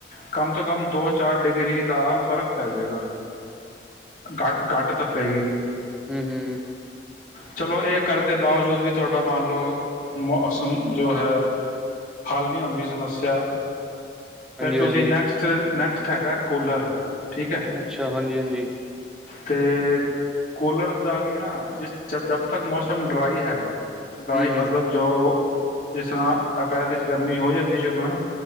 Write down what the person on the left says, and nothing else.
ਕਮ ਤੋਂ ਕਮ ਦੋ ਚਾਰ ਡਿਗਰੀ ਦਾ ਫ਼ਰਕ ਪੈ ਜੇਗਾ। ਗਟ ਗਟ ਤ ਪੈਗੀ।
ਚਲੋ ਏਕਰਨ ਦੇ ਬਾਵਜੂਦ ਵੀ ਤੁਹਾਡਾ ਮੰਨ ਲੌ ਮੌਸਮ ਜੋ ਹੈ ਹੱਲ ਨਹੀਂ ਹੁੰਦੀ ਸਮੱਸਿਆ ਫੇਰ
ਤੁਸੀਂ
ਨੈਕਸਟ ਨੈਕਸ <unintelligible> ਹੈਗਾ ਕੂਲਰ ਠੀਕ ਹੈ
ਤੇ ਕੋਲਰ ਦਾ ਵੀ ਨਾ ਜਿਸ ਜਦ ਤੱਕ ਮੌਸਮ ਡਰਾਈ ਹੈਗਾ ਡਰਾਈ
ਮਤਲਬ ਜੋ ਜਿਸ ਤਰ੍ਹਾਂ ਅਪ੍ਰੈਲ ਵਿੱਚ ਗਰਮੀ ਹੋ ਜਾਂਦੀ ਸ਼ੁਰੂ ਹਨਾ।